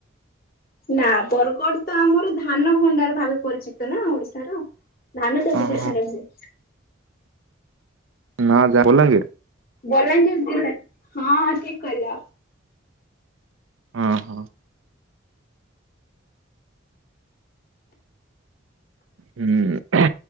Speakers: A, on the left; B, on the right.
A: ନା ବରଗଡ ତ ଆମର ଧାନ ଭଣ୍ଡାର ଭାବେ ପରିଚିତ ନା ଓଡିଶାର। ଧାନଚ ଆ ସେଠ
B: ଓହୋ
A: କରେ। <inaudible>
B: ନା ଯା ବଲାଙ୍ଗୀର।
A: ବଲାଙ୍ଗିର ଜିଲ୍ଲା ହଁ ଠିକ କହିଲ।
B: ହଁ ହଁ। ହୁଁ